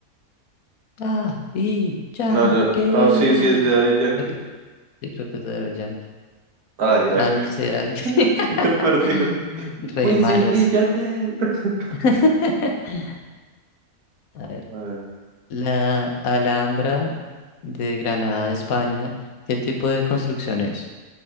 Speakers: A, on the left; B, on the right.
A: Ah, y Yankee.
B: No, no, oh, sí, sí, es de Daddy Yankee.
A: Creo que, sí, creo que es de los Yankee.
B: Ay, era
A: Ah, no sé, era. <laughs>
B: <laughs> re perdido.
A: Re
B: Wisin
A: malos.
B: y Yandel. <laughs>
A: <laughs> A ver.
B: A ver.
A: La Alhambra de Granada, España, ¿qué tipo de construcción es?